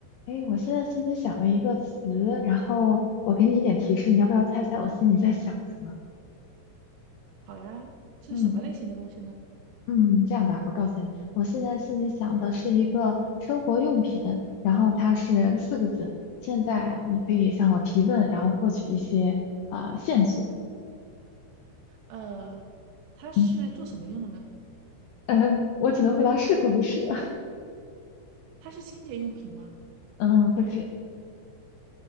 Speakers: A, on the left; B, on the right.
A: 哎，诶我现在心里想了一个词，然后我给你一点提示，你要不要猜猜我心里在想什么？
B: 好呀，是什么类型的东西呢？
A: 嗯嗯，这样吧，我告诉你，我现在心里想的是一个生活用品，然后它是四个字。现在你可以向我提问，然后获取一些啊、呃线索。
B: 呃，它是做什么用的呢？
A: 嗯，呃，我只能回答是或不是。<laughs>
B: 它是清洁用品吗？
A: 嗯，不是，